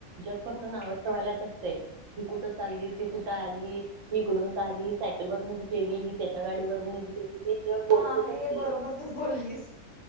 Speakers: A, on the right; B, on the left.
A: जग फक्त
B: हो
A: नाव ठेवायलाच असतय ती कुठं चालली ती कुठं आली इकडून का आली ही सायकल वरूनच गेली ही त्याच्या गाडीवरूनच गेली जग बोलतच
B: हा
A: असते.
B: हे बरोबर तू बोललीस